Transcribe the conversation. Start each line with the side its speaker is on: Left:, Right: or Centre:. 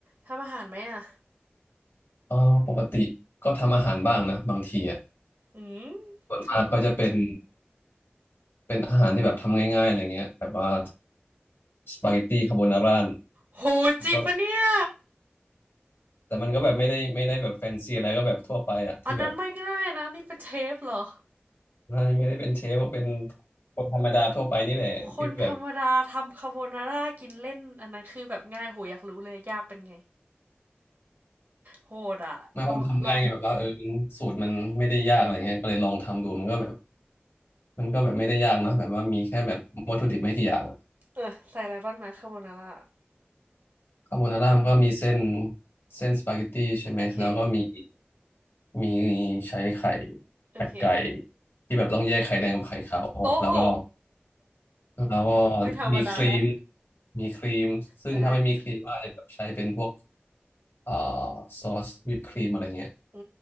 Right: ทำอาหารไหมอ่ะ
Left: เออปกติก็ทำอาหารบ้างนะบางทีอ่ะ
Right: อืม
Left: ส่วนมากก็จะเป็น
Right: ทำ
Left: เป็นอาหารที่แบบทำง่ายๆอะไรเงี้ยแบบว่าสปาเกตตี้คาโบนาร่า
Right: โหจริงปะเนี่ย
Left: ก็แต่มันก็แบบไม่ได้ไม่ได้แบบแฟนซีอะไรก็แบบทั่วไปอ่ะที่แบบ
Right: อันนั้นไม่ง่ายนะนี่เป็นเชฟเหรอ
Left: ไม่ไม่ได้เป็นเชฟเป็นคนธรรมดาทั่วไปนี่แหละที่แบบ
Right: คนธรรมดาทำคาโบนาร่ากินเล่นอันนั้นคือแบบง่ายโหอยากรู้เลยยากเป็นไง โหดอะลองลอง
Left: ไม่เพราะมันทำง่ายไงแบบว่าเออมันสูตรมันไม่ได้ยากอะไรเงี้ยก็เลยลองทำดูมันก็แบบมันก็แบบไม่ได้ยากนะแบบว่ามีแค่แบบวัตถุดิบไม่กี่อย่าง
Right: เออใส่อะไรบ้างนะคาโบนาร่า
Left: คาโบนาร่ามันก็มีเส้นเส้นสปาเกตตี้ใช่ไหมแล้วก็มี
Right: โอเค
Left: มีใช้ไข่
Right: โอเค
Left: ไข่ไก่ที่แบบต้องแยกไข่แดงกับไข่ขาวออกแล้วก็
Right: โอ้โห
Left: แล้วก็
Right: ไม่ธรรมดาแล้ว
Left: มีครีมมีครีมซึ่งถ้าไม่มีครีมก็อาจจะแบบใช้เป็นพวก
Right: เออ
Left: เอ่อซอสวิปครีมอะไรเงี้ย
Right: อื